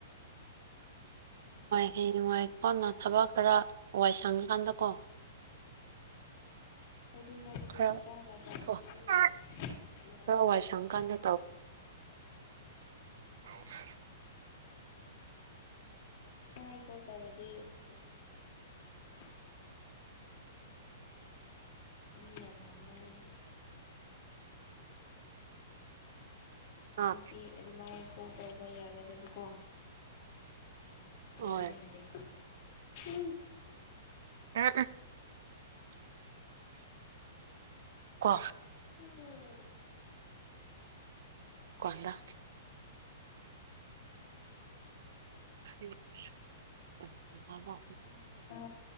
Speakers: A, on the right; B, on the left.
A: ꯍꯌꯦ ꯅꯨꯡꯉꯥꯏꯀꯣꯅ ꯊꯕꯛ ꯈꯔ ꯋꯥꯏ ꯁꯪꯉꯀꯥꯟꯗ ꯀꯣ
B: ꯑꯗꯨꯗꯤ ꯍꯥꯏꯕꯗꯤ
A: ꯈꯔ
B: ꯅꯨꯄꯥ ꯉꯄꯥꯗꯁꯨ
A: ꯀꯣ ꯈꯔ
B: ꯌꯥꯔꯣꯏ
A: ꯋꯥꯏ ꯁꯪꯀꯥꯟꯗ
B: ꯅꯨꯄꯤ ꯈꯪꯗ꯭ꯔꯗꯤ ꯌꯥꯔꯦꯕ
A: ꯍ ꯐ
B: ꯑꯗꯨꯃꯥꯏ ꯀꯣꯜ ꯇꯧꯔꯗꯤ ꯋꯥꯔꯤ ꯑꯃꯨ ꯂꯥꯛꯀꯅꯤ ꯃꯤ ꯌꯥꯝꯃꯅ ꯑꯃꯅꯤꯅꯤ ꯑꯗꯨꯗꯒꯤ
A: ꯑꯥ
B: ꯅꯨꯄꯤ ꯑꯗꯨꯃꯥꯏ ꯀꯣꯜ ꯇꯧꯕ ꯌꯥꯒꯗꯕꯀꯣ
A: ꯍꯣꯏ
B: ꯗꯤ ꯌꯥꯗ ꯎ
A: ꯑ ꯀ
B: ꯎꯝ
A: ꯀꯣꯟꯗꯥ ꯍ ꯃꯥ
B: ꯈꯪꯗ꯭ꯔꯤꯗ